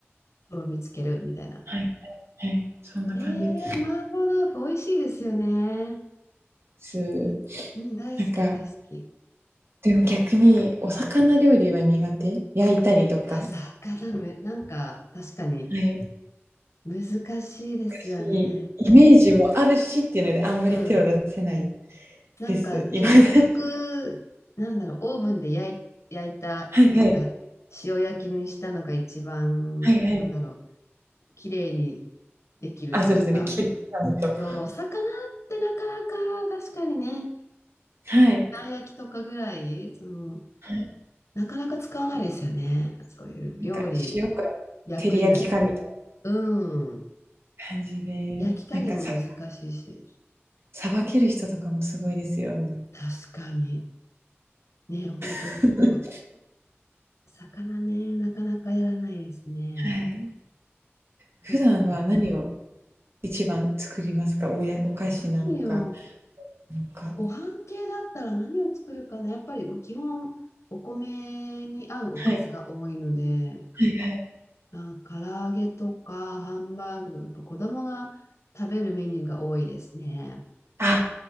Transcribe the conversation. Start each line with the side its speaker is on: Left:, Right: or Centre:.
Left: とろみつけるみたいな。
Right: はい、はい、そんな感じで
Left: ええ麻婆豆腐美味しいですよね。
Right: す。
Left: うん、大好き大好き。
Right: なんか、でも逆にお魚料理は苦手。焼いたりとか。
Left: あ、魚め、なんか確かに
Right: はい。
Left: 難しいですよね。
Right: しイメージもあるしっていうので、あんまり手を出せない
Left: うんなんか結局、
Right: です。今だに。
Left: なんだろう、オーブンで焼い、焼いた、
Right: <laughs> はいはい。
Left: なんか塩焼きにしたのが一番、
Right: はいはい。
Left: なんだろう、綺麗にできるというか、
Right: あ、そうですね、切り感と。
Left: そうお魚ってなかなか確かにね、
Right: はい。
Left: あん焼きとかぐらい、その、
Right: はい。
Left: なかなか使わないですよね。そういう料理、
Right: なんか塩か
Left: 焼く以外。
Right: 照り焼きかみたいな
Left: うん。
Right: 感じで、
Left: 焼き加減も難しいし。
Right: なんかさ捌ける人とかもすごいですよね。
Left: 確かに。ね、ほんとほんと。
Right: <laughs>
Left: 魚ね、なかなかやらないですね。
Right: はい。普段は何を
Left: そっか。
Right: 一番作りますか？おやお菓子なのか、
Left: 何よ、
Right: なのか
Left: ご飯系だったら何を作るかな。やっぱりもう基本、お米に合うおかずが多いので、
Right: はい。はいはい。
Left: あ、唐揚げとかハンバーグ、やっぱ子供が食べるメニューが多いですね。
Right: あ、